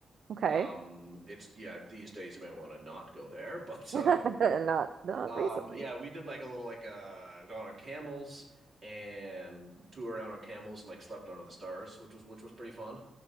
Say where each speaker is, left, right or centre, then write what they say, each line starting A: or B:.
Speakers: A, on the right; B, on the right.
A: Okay.
B: Um, it's yeah, these days you might want to not go there, <laughs> but
A: <laughs>
B: um,
A: Not not
B: um,
A: recently.
B: yeah, we did like a little like uh, gone on camels. And toured around on camels and like slept under the stars, which was which was pretty fun.